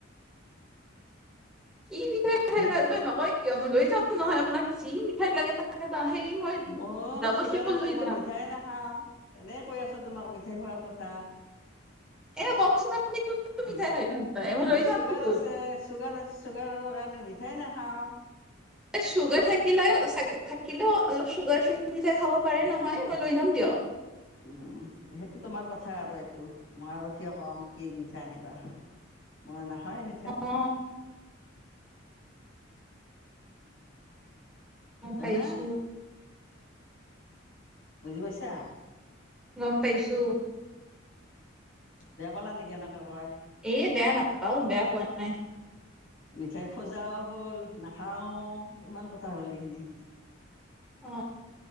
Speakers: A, in the centre; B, on the left.
A: কি মিঠাই খাই
B: এনে
A: ভাল পাই নকয় কিয়, মই লৈ যাম নহয় আপোনাক যি <unintelligible> লাগে দা- সেই মই
B: ম
A: ডাবল
B: চুগাৰ
A: ট্ৰিপল
B: আছে
A: লৈ
B: মই
A: যাম
B: মিঠাই নাখাও। এনে কৈ আছোঁ তোমাক সেই খোৱাৰ কথা।
A: এ কওকচোন আপুনি কোনটো
B: মোৰ
A: মিঠাই খাই ভাল পায় মই লৈ যামতো
B: চুগাৰ আছে চুগাৰ-চুগাৰৰ কাৰ মই মিঠাই নাখাওঁ।
A: চুগাৰ থাকিলে চাগে থাকিলেও অলপ চুগাৰ ফ্ৰী খাব পাৰে নহয়, মই লৈ যাম দিয়ক।
B: উম, উম, সেইটো তোমাৰ কথা আৰু এইটো মই আৰু কিয় কম, কি মিঠাই আনিবা। মই হয় মিঠাই
A: অ অ',
B: হয়
A: পাইছোঁ।
B: না বুজি পাইছা?
A: গম পাইছোঁ।
B: বেয়া পালা নেকি? এনেকে কও
A: এ, বেয়া নাপাও, বেয়া পোৱা নাই।
B: মিঠাই খোজাও হ'ল, নাখাও ইমান কথা হ'ল এইখিনি।
A: অ